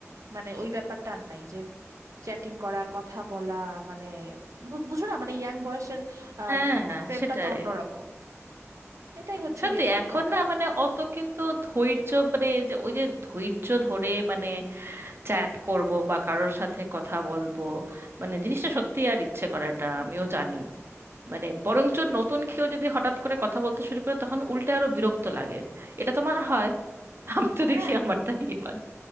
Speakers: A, on the right; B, on the right.
A: মানে ওই ব্যাপারটা আর নাই যে চ্যাটিং করা কথা বলা মানে বু- বুঝো না মানে ইয়াং বয়সের আহ
B: হ্যাঁ
A: প্রেমটা
B: সেটাই
A: তো অন্যরকম এটাই হচ্ছে
B: সত্যি
A: গিয়ে কথা
B: এখন না মানে অত কিন্তু ধৈর্য মানে এই যে ওই যে ধৈর্য ধরে মানে চ্যাট করব বা কারোর সাথে কথা বলবো মানে জিনিসটা সত্যি আর ইচ্ছে করেটা আমিও জানি মানে বরঞ্চ নতুন কেউ যদি হঠাৎ করে কথা বলতে শুরু করে তখন উল্টে আরো বিরক্ত লাগে এটা তোমার হয় <laughs> আমি তো
A: হ্যাঁ
B: দেখি আমারটাই হয়